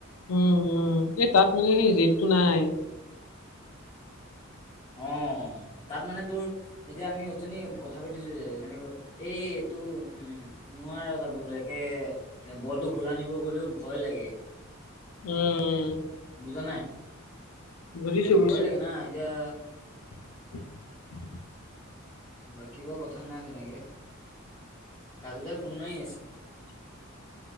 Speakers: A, on the left; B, on the left.
A: উম উম, এই তাত মানে জেদটো নাই।
B: অ তাত মানে তোৰ এতিয়া আমি অথনি কথা পাতিছো যে যেনেকৈ এই এইটো উম নোৱাৰে যাবলৈ একে বলটো ঘূৰাই আনিব গলেও ভয় লাগে
A: উম
B: বুজা নাই
A: বুজিছো
B: এ
A: বুজিছো
B: ভয় লাগে না এতিয়া
A: <unintelligible>
B: বাকী বোৰ কথা নাই তেনেকে কাজু দাই ফোন মাৰি আছে